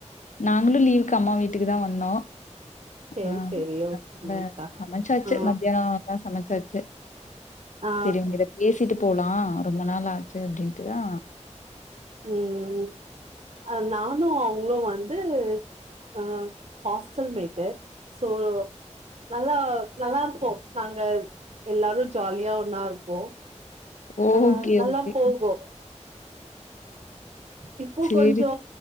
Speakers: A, on the left; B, on the right.
A: நாங்ளு லீவுக்கு அம்மா வீட்டுக்கு தா வந்தோ
B: சேரி
A: அ
B: சேரி ஓகேக்கா
A: அதனால சமச்சாச்சு
B: ஆ
A: மதியானோ எல்லா சமச்சாச்சு
B: ஆ
A: சரி உங்க கி பேசிட்டு போலா ரொம்ப நாள் ஆச்சு அப்டின்ட்டு தா
B: ம் அ நானு அவங்ளு வந்து அ ஹாஸ்டல்மேட்டு ஸோ நல்லா நல்லா இருப்போ நாங்க எல்லாரு ஜாலியா ஒண்ணா இருப்போ
A: ஓகே,
B: அஹ் நல்லா
A: ஓகே.
B: போகு இப்போ
A: சரி.
B: கொஞ்சோ